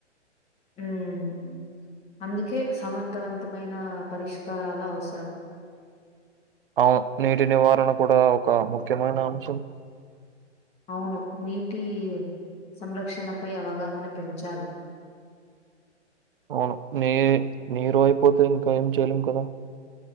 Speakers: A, on the left; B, on the right.
A: ఉమ్ అందుకే సమర్థవంతమైన పరిష్కారాల అవసరం
B: అవు నీటి నివారణ కూడా ఒక ముఖ్యమైన అంశం
A: అవును నీటి సంరక్షణ పై అవగాహన పెంచాలి
B: అవును నీ నీరు అయిపోతే ఇంకా ఏం చేయలేం కదా